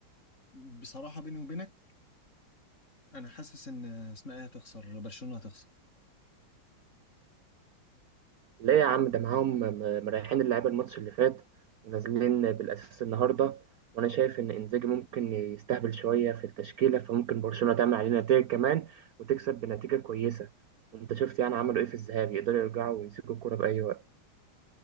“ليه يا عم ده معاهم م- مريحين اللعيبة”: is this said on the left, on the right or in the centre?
Right